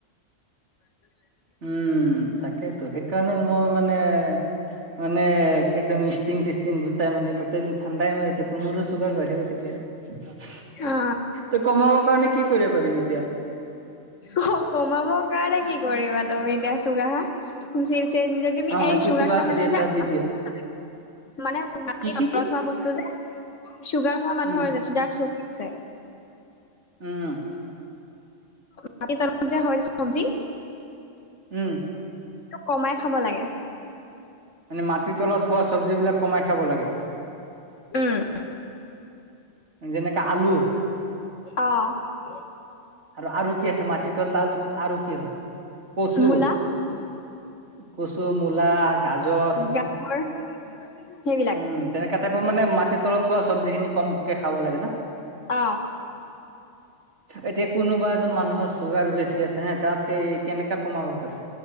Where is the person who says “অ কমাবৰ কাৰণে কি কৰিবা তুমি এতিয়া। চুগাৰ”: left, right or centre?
Left